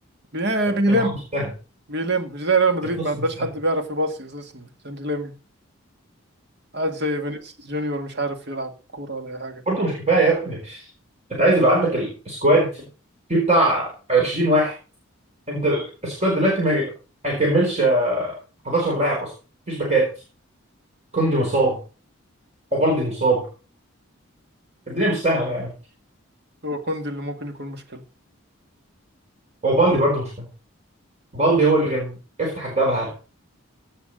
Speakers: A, on the right; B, on the right.
A: بي- بيلم
B: الماتش مستاهل
A: بيلم مش زي ريال مدريد
B: الخصم
A: ما عندهاش
B: مستاهل
A: حد بيعرف يباصي اساسا عشان يلم قاعد زي فينيسيوس جونيور مش عارف يلعب كورة ولا أي حاجة
B: برضه مش كفايه يا ابني انت عايز يبقى عندك السكواد فيه بتاع 20 واحد انت السكواد دلوقتي ما هيكملش آه، 11 لاعب اصلا مفيش باكات كوندي مصاب وبالدي مصاب الدنيا مش سهله يعني
A: هو كوندي اللي ممكن يكون مشكلة
B: وبالدي برضه مش كده بالدي هو اللي كان افتح الجبهه